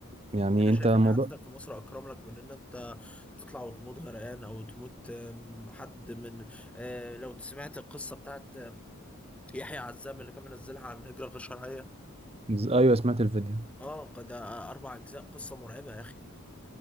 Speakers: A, on the right; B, in the centre.
A: يعني
B: أنا
A: أنت
B: شايف
A: الموضوع
B: إن قعدتك في مصر أكرم لك من إن أنت تطلع وتموت غرقان أو تموت آم، حد من آه، لو سمعت القصة بتاعت يحيى عزام اللي كان منزلها عن الهجرة الغير شرعية
A: ز- أيوه سمعت الفيديو
B: اه ق- ده اربع اجزاء قصه مرعبه يا اخي